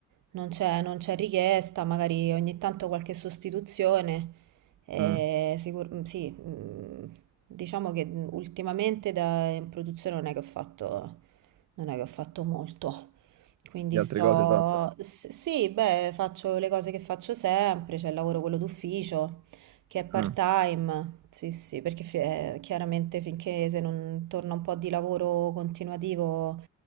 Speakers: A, on the right; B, on the right.
A: non c'è non c'è richiesta, magari ogni tanto qualche sostituzione. Eh,
B: Mm.
A: sicur- mm, sì, mm, diciamo che ultimamente da, in produzione non è che ho fatto, non è che ho fatto molto. Quindi
B: Le altre
A: sto...
B: cose hai fatto,
A: s- Sì, beh, faccio le cose che faccio sempre, c'è il lavoro quello d'ufficio, che è part-time.
B: no?
A: Sì, sì, perché fi- eh, chiaramente finché se non torna un po' di lavoro continuativo,